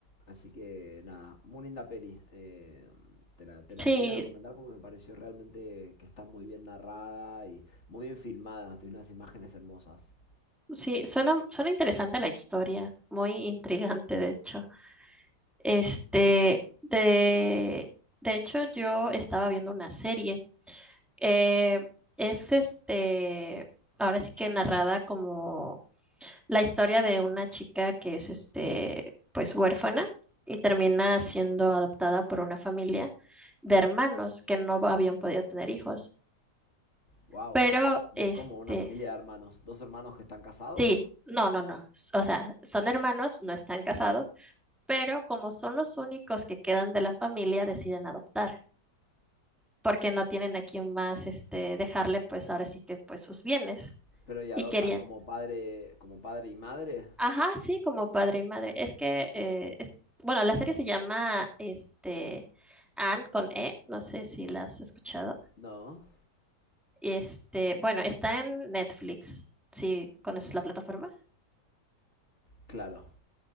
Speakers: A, on the left (about 40°); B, in the centre.
A: Así que nada, muy linda peli. eh, te la, te la
B: Sí,
A: quería recomendar porque me pareció realmente que está muy bien narrada y muy bien filmada, tiene unas imágenes hermosas.
B: sí, suena, suena interesante la historia, muy intrigante, de hecho. Este, de, de hecho, yo estaba viendo una serie. Eh, es este, ahora sí que narrada como la historia de una chica que es este, pues huérfana y termina siendo adoptada por una familia de hermanos que no habían podido tener hijos.
A: wow,
B: Pero
A: de
B: este,
A: como una familia de hermanos, dos hermanos que están casados,
B: sí, no, no, no. O sea, son hermanos, no están casados, pero como son los únicos que quedan de la familia, deciden adoptar, porque no tienen a quien más este dejarle, pues ahora sí que pues sus bienes.
A: pero y adoptan
B: Y querían,
A: como padre, como padre y madre.
B: Ajá, sí, como padre y madre. Es que, eh, es- bueno, la serie se llama, este, Anne con E, no sé si la has escuchado.
A: No,
B: Y Este, bueno, está en Netflix. ¿Sí conoces la plataforma?
A: claro.